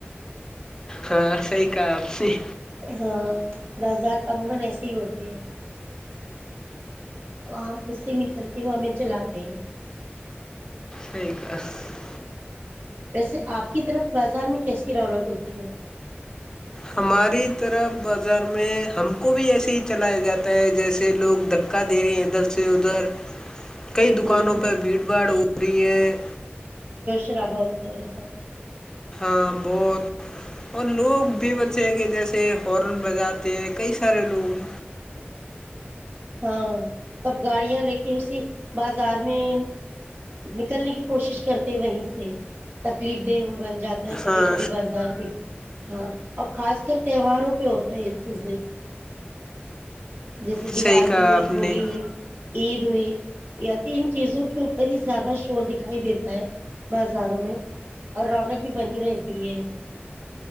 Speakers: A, on the left (about 15°); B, on the right (about 60°).
A: ہاں صحیح <unintelligible> کہ <unintelligible> صح
B: <unintelligible>
A: سحییک ہے <unintelligible>
B: ویسے آپ کی طرف بازار میں کیسی رونق ہوتی ہے
A: ہماری طرف بازار میں ہم کو بھی ایسے ہی چلایا جاتا ہے جیسے لوگ دھکا دے رہے ہیں ادھر سے ادھر کئی
B: ہوں
A: دکانوں پہ بھیڑ بھاڑ ہو رہی ہے
B: شرابا ہوتا ہے <unintelligible>
A: بہت اور لوگ بھی بچے کہ جیسے ہارن بجاتے ہیں کئی سارے لوگ
B: ہاں سب گاڑیاں لے کے اسی بازار میں نکلنے کی کوشش کرتے وہیں سے تکلیف دہ جاتا ہے کبھی
A: ہاں
B: کبھی بازار بھی <unintelligible> ہاں اور خاص کر تہواروں پہ ہوتا ہے اس چیزیں جیسے
A: صحیح
B: دیوالی
A: کہا
B: ہوئی
A: آپ نے
B: ہولی ہوئی عید ہوئی یا تو ان چیزوں کے اوپر ہی زیادہ شور دکھائی دیتا ہے بازاروں میں اور رونق بھی بنی رہتی ہے